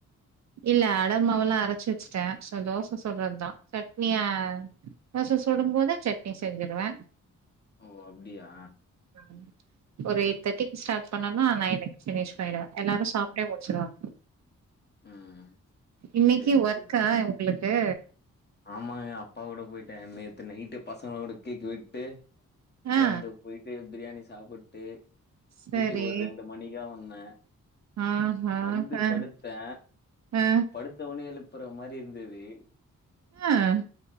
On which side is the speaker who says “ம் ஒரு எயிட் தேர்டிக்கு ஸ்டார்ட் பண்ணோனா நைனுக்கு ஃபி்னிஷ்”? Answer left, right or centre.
Right